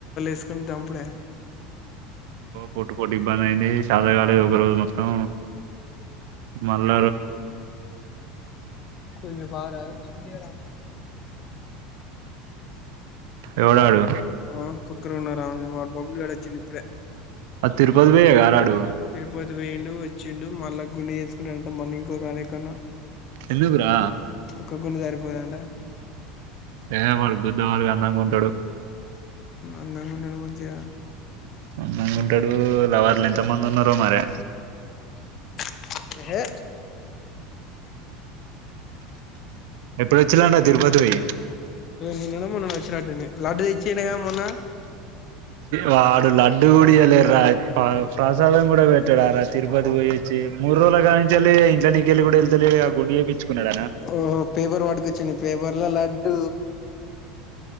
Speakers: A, on the left; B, on the right.
A: <unintelligible>
B: కొట్టి కొట్టి ఇబ్బంది అయ్యింది <unintelligible> ఒక రోజు మొత్తం మల్ల
A: కొ వపార లే
B: ఎవడాడు
A: ఆ కుక్కరు ఉన్నార వాడు బబ్బులు గాడు వచ్చిండ ఇప్పుడే
B: అ తరుపతి కి పోయి ఆరాడు
A: తిరుపతి పోయిండు వచ్చిండు మళ్ళా గుండె చేసుకుంటడంట మళ్ళీ ఇంకోకడేకన్నా
B: ఎందుకురా
A: ఒక్కక్క <unintelligible> సరిపోదంట
B: ఏ వాడు <unintelligible> అందంగా ఉంటాడు
A: అందంగా ఉంటాడు మంచిగా
B: అందగా ఉంటాడు లవర్లు ఎంత మంది వుంటారో మరి
A: ఏ హే
B: ఎప్పుడొచ్చినావ్ తిరుపతికి
A: నిన్ననో మొన్ననో వచ్చినట్టుంది లడ్డు తెచ్చిండుగా మొన్న
B: వాడు లడ్డు <unintelligible> ప్రసాదం కూడ పెట్టాడ రా తిరుపతి పోయి వచ్చి మూడు రోజులుగా నుంచి వెళ్ళ ఇట్ నీకెళ్ళి వెళ్తలేగా ఆ గుండు చేయించుకున్నాడ
A: ఓహో పేపర్ పట్టుకొచ్చిండు పేపర్ లో లడ్డు